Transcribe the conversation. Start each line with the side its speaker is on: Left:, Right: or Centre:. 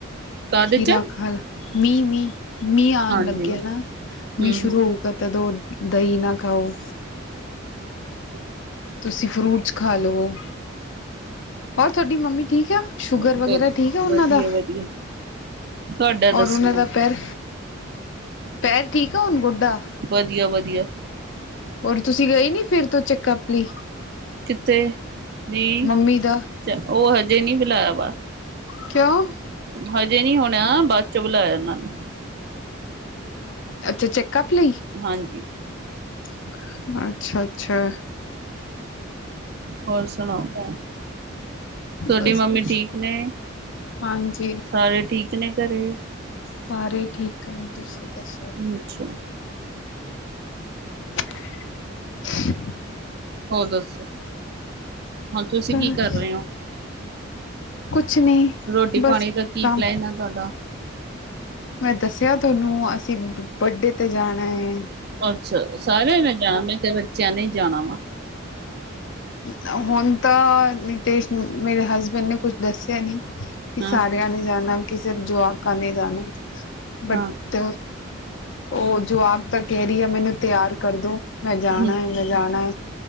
Right: ਕਾਹਦੇ
Left: ਖੀਰਾ
Right: ਚ
Left: ਖਾਲਾ। ਮੀਂਹ ਮੀਂਹ। ਮੀਂਹ ਆਉਣ
Right: ਹਾਂਜੀ
Left: ਲੱਗਿਆ ਨਾ ਮੀਂਹ
Right: ਹੂੰ
Left: ਸ਼ੁਰੂ
Right: ਹੂੰ
Left: ਹੋਊਗਾ ਤਦੋਂ। ਦਹੀਂ ਨਾ ਖਾਓ।
Right: ਜਮੀ ਨੀਂ।
Left: ਤੁਸੀਂ ਫਰੂਟਸ ਖਾ ਲੋ। ਉਹ। ਹੋਰ ਤੁਹਾਡੀ ਮੰਮੀ। ਠੀਕ ਆ ਸ਼ੂਗਰ
Right: ਵ
Left: ਵਗੈਰਾ ਠੀਕ ਆ ਉਹਨਾਂ
Right: ਵਧੀਆ
Left: ਦਾ
Right: ਵਧੀਆ ਤੁਹਾਡਾ ਦੱਸੋ
Left: ਔਰ ਉਹਨਾਂ
Right: ਮੈਨੂੰ
Left: ਦਾ ਪੈਰ ਪੈਰ। ਠੀਕ ਹੁਣ। ਦਾ
Right: ਵਧੀਆ ਵਧੀਆ
Left: ਹੋਰ ਤੁਸੀਂ ਗਏ ਨੀ ਫਿਰ ਤੋਂ ਚੈੱਕਅਪ ਲਈ।
Right: ਕਿੱਥੇ? ਜੀ
Left: ਮੰਮੀ ਦਾ
Right: ਚ ਉਹ ਹਜੇ। ਦਿਨੀ ਬੁਲਾਇਆ ਵਾ।
Left: ਕਿਉਂ?
Right: ਹਜੇ ਨਹੀਂ ਹੋਣਾ ਬਸ। 'ਚ ਬੁਲਾਇਆ ਇਹਨਾਂ ਨੇ।
Left: ਅੱਛਾ ਚੈੱਕਅਪ ਲਈ?
Right: ਹਾਂਜੀ
Left: ਚੰਗਾ। ਅੱਛਾ-ਅੱਛਾ।
Right: ਹੋਰ ਸੁਣਾਓ ਤੁਹਾਡੀ
Left: ਬਸ
Right: ਮੰਮੀ
Left: ਕੁਛ
Right: ਠੀਕ ਨੇ
Left: ਹਾਂਜੀ
Right: ਸਾਰੇ ਠੀਕ ਨੇ ਘਰੇ?
Left: ਸਾਰੇ ਠੀਕ। ਕੰਮ ਤੁਸੀਂ ਦੱਸੋ?
Right: ਅੱਛਾ
Left: <unintelligible>
Right: ਹੋਰ ਦੱਸੋ? ਹੁਣ ਤੁਸੀਂ
Left: ਬਸ
Right: ਕੀ ਕਰ ਰਹੇ ਹੋ?
Left: ਕੁਛ। ਨਹੀਂ
Right: ਰੋਟੀ
Left: ਬਸ
Right: ਪਾਣੀ ਦਾ ਕੀ
Left: ਕੰਮ
Right: ਪਲੈਨ ਹੈ ਤੁਹਾਡਾ?
Left: ਮੈਂ ਦੱਸਿਆ ਤੁਹਾਨੂੰ ਅਸੀਂ ਬੱਡੇ ਤੇ ਜਾਣਾ ਐ।
Right: ਅੱਛਾ ਸਾਰਿਆਂ ਨੇ ਜਾਣਾ ਮੈਂ ਕਿਹਾ ਬੱਚਿਆਂ ਨੇ ਜਾਣਾ ਵਾ।
Left: ਹੂੰ ਹੁਣ ਤਾਂ ਨਿਤੇਸ਼ ਮੇਰੇ ਹਸਬੈਂਡ ਨੇ ਕੁਝ ਦੱਸਿਆ ਨੀ? ਕਿ
Right: ਹਾਂ
Left: ਸਾਰਿਆਂ ਨੇ ਜਾਣਾ? ਕਿ ਸਿਰਫ ਜੋਆਕਾ ਨੇ ਜਾਣਾ, ਬਟ,
Right: ਹਾਂ
Left: ਉਹ ਜੋ ਆਪ ਤੇ ਕਹਿ ਰਹੀ ਹੈ ਮੈਨੂੰ ਤਿਆਰ ਕਰਦੋ। ਮੈਂ ਜਾਣਾ
Right: ਹਮ
Left: ਮੈਂ ਜਾਣਾ,